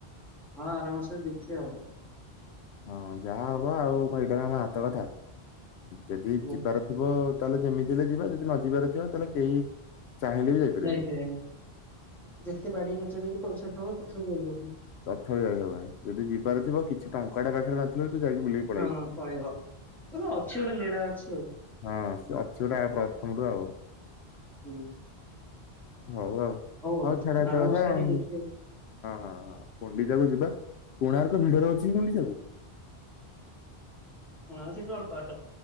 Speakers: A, in the centre; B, on the left.
A: ହଁ ଆରାମାସରେ ଦେଖିବା ଆଉ
B: ହଁ ଯାହା ହବ ଆଉ <unintelligible> ଏଇଟା ଆମ ହାତ କଥା ଯଦି
A: ଆଉ।
B: ଯିବାର ଥିବ ତାହେଲେ ଯେମିତି ହେଲେ ଯିବା ଯଦି ନ ଯିବାରେ ଥିବ ତାହେଲେ କେହି ଚାହିଁଲେ ଯାଇପାରିବାନି।
A: ଯାଇପାରିବେନି
B: ବି
A: ଯେତେ ବାଡି କଚଡି ପଇସା ଥବ ତଥାପି ଯାଇ ହବନି
B: ତଥାପି ଯାଇ ହବନି ଯଦି ଯିବାର ଥିବ କିଛି ଟଙ୍କାଟା ପାଖରେ ନଥିଲେ ତୁ ଯାଇକି ବୁଲିକି ପଳେଇ
A: ହଁ
B: ଆସୁ
A: ପଳେଇବ। <unintelligible> ଅଛି ଗୋଟେ ଲୀଳା ଅଛି ଆଉ
B: ହଁ ସେ ଅଛି ଗୋଟେ ପ୍ରଥମରୁ ଆଉ
A: ହୁଁ
B: ହଉ ଆଉ
A: ଆଉ
B: ହଉ ଛାଡ ଏଇତ
A: ଆର
B: କଥା
A: ମାସ
B: ହଁ
A: ଆଡିକି ଦେଖିବା
B: ହଁ ହଁ କୁଣ୍ଡିଚାକୁ ଯିବା କୋଣାର୍କ ଭିଡ ର ଅଛି ଗୁଣ୍ଡିଚାକୁ
A: ହଣ <unintelligible> ସେଇ ଅଳପାଟ